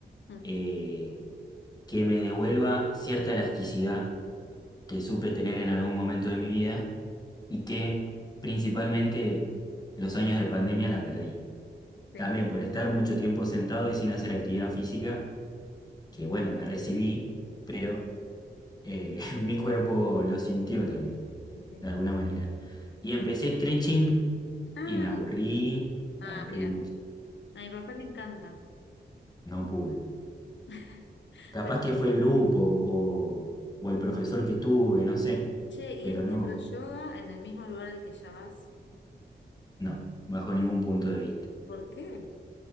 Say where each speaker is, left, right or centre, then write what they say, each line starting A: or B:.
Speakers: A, on the left; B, on the left.
A: Mm,
B: eh, que me devuelva cierta elasticidad que supe tener en algún momento de mi vida y que principalmente los años de pandemia la perdí.
A: sí.
B: También por estar mucho tiempo sentado y sin hacer actividad física, que bueno, me recibí, pero eh, <laughs>
A: Obvio.
B: mi cuerpo lo sintió también,
A: Sí.
B: de alguna manera. Y empecé stretching
A: Ah,
B: y me aburrí,
A: Ah,
B: me aburrí
A: mira,
B: mucho,
A: a mi papá le encanta.
B: no pude.
A: <laughs>
B: Capaz
A: Pero,
B: que
A: ¿por
B: fue el grupo
A: qué?
B: o, o el profesor que tuve, no sé,
A: che, ¿y
B: pero
A: este
B: no,
A: acroyoga en el mismo lugar al que ya vas?
B: no, bajo ningún punto de vista.
A: ¿Por qué?